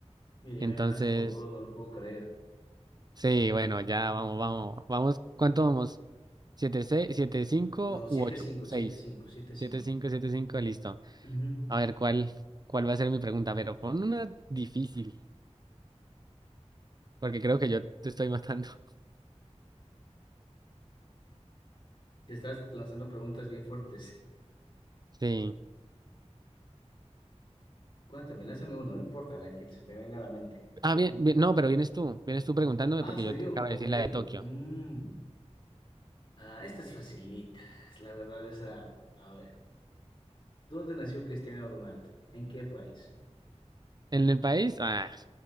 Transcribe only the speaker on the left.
Mire,
me ganas por dos, no lo puedo creer.
No, siete
cinco
siete cinco siete cinco
Ujú.
Te estás lanzando preguntas bien fuertes.
Cuéntame, lánzame una, no importa la que se te venga a la mente.
Ah,
soy
yo.
Ok.
Mm. Ah, esta es facilita. Es La verdad es a, a ver. ¿Dónde nació Cristiano Ronaldo? ¿En qué país?